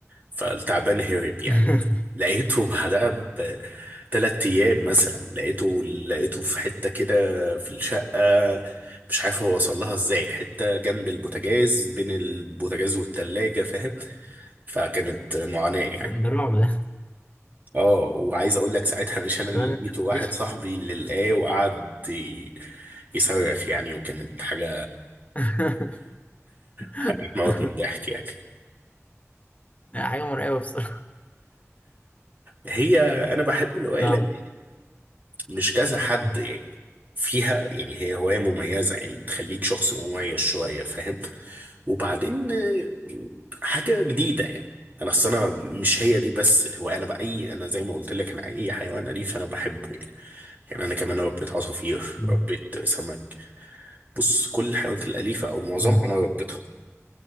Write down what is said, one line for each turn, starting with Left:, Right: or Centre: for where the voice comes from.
Right: فالتعبان هرب يعني
Left: <laughs>
Right: لقيته بعدها بثلاث ايام مثلا لقيته لقيته في حته كده في الشقه مش عارف هو وصل لها ازاي حته جنب البوتاجاز بين البوتاجاز والتلاجه فاهم فكانت معاناه يعني
Left: ده رعب ده
Right: اه وعايز اقول لك ساعتها مش انا اللي
Left: كمان
Right: لقيته
Left: إنت
Right: واحد
Left: تعيش
Right: صاحبي اللي لقاه وقعد ي- يصرخ يعني وكانت حاجه
Left: <laughs> <laughs>
Right: حاجه تموت من الضحك يعني
Left: لا، حاجة مرعبة بصراحة
Right: هي انا بحب الروايه
Left: نعم
Right: مش كذا حد
Left: مم.
Right: يعني فيها يعني هي هواية مميزة يعني بتخليك شخص مميز شوية فاهم وبعدين آه، حاجة جديدة يعني انا اصل انا مش هي دي بس الهواية انا بأي انا زي ما قلت لك انا اي حيوان اليف انا بحبه يعني يعني انا كمان ربيت عصافير
Left: مم.
Right: ربيت سمك بص كل الحيوانات الاليفة او معظمها
Left: مم.
Right: انا ربيتها